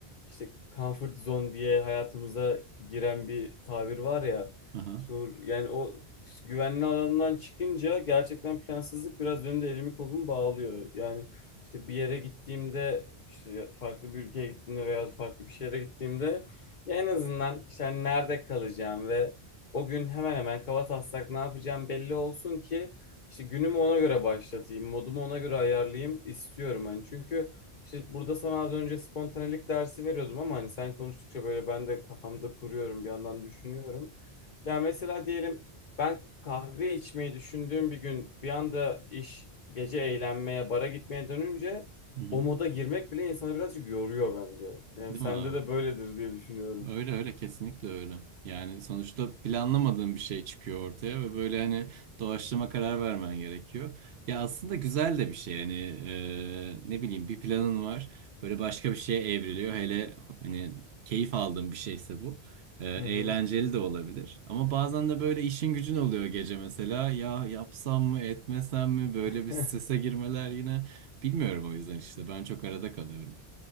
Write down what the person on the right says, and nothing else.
Aha.
Hı hı.
Değil
mi abi?
Öyle öyle kesinlikle öyle. Yani sonuçta planlamadığın bir şey çıkıyor ortaya ve böyle hani doğaçlama karar vermen gerekiyor. Ya aslında güzel de bir şey hani e, ne bileyim bir planın var böyle başka bir şeye evriliyor. Hele hani keyif aldığın bir şeyse bu. E, eğlenceli
de olabilir. Ama bazen de böyle işin gücün oluyor gece mesela ya yapsam mı etmesem mi böyle
bir strese girmeler yine bilmiyorum o yüzden işte ben çok arada kalıyorum.